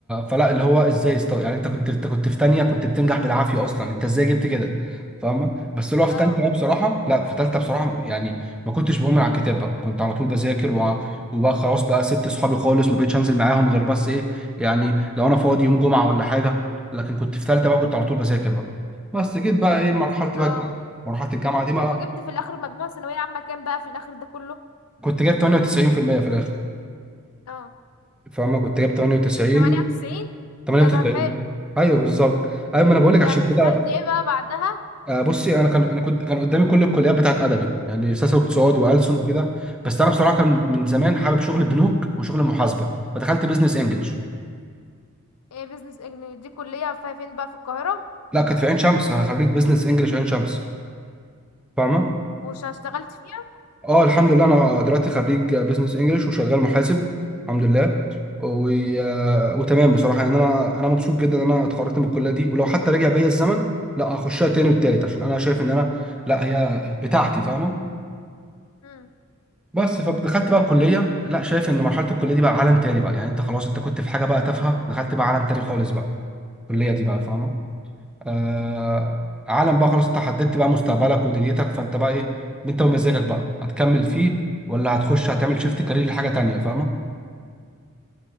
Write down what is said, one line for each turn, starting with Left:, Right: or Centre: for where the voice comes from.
Centre: فلا اللي هو ازاي استو... يعني انت كنت انت كنت في تانية كنت بتنجح بالعافيه اصلا انت ازاي جبت كده فاهمه بس اللي هو في
Left: اه
Centre: تالتة أنا بصراحه لا في تالتة بصراحه يعني ما كنتش بقوم على الكتاب بقى كنت على طول بذاكر و... وبقى خلاص بقى سبت صحابي خالص ما بقتش انزل معاهم غير بس ايه يعني لو انا فاضي يوم جمعه ولا حاجه لكن كنت في تالتة بقى كنت على طول بذاكر بقى بس جيت بقى ايه مرحله بقى
Left: اه
Centre: الجامعه مرحله الجامعه دي بقى
Left: طب وجبت في الاخر مجموع ثانويه عامه كام بقى في الاخر ده كله
Centre: كنت جايب 98% في المية في الاخر
Left: اه
Centre: فاهمه كنت جايب 98
Left: 98
Centre: 98
Left: ده ده حلو
Centre: ايوه بالظبط ايوه ما انا بقول لك
Left: يعني
Centre: عشان كده
Left: دخلت ايه بقى بعدها
Centre: آه، بصي انا كان انا كنت كان قدامي كل الكليات بتاعت ادبي يعني سياسه واقتصاد والسن
Left: اه.
Centre: وكده بس انا بصراحه كان من زمان حابب شغل البنوك وشغل المحاسبه فدخلت بزنس انجلش
Left: ايه بيزنس اجنبي دي كليه في- فين بقى في القاهره
Centre: لا كانت في عين شمس انا خريج بزنس انجلش عين شمس فاهمه
Left: وش اشتغلت فيها
Centre: اه الحمد لله انا دلوقتي خريج بزنس انجلش وشغال محاسب الحمد لله و... آه، وتمام بصراحه يعني انا انا مبسوط جدا ان انا اتخرجت من الكليه دي ولو حتى رجع بيا الزمن لا هخشها تاني والتالت عشان انا شايف ان انا لا هي بتاعتي فاهمه
Left: امم
Centre: بس فدخلت بقى الكليه لا شايف ان مرحله الكليه دي بقى عالم تاني بقى يعني انت خلاص انت كنت في حاجه بقى تافهه دخلت بقى عالم تاني خالص بقى الكليه دي بقى فاهمه آه عالم بقى خلاص انت حددت بقى مستقبلك ودنيتك فانت بقى ايه انت ومزاجك بقى هتكمل فيه ولا هتخش هتعمل شيفت كارير لحاجه تانيه فاهمه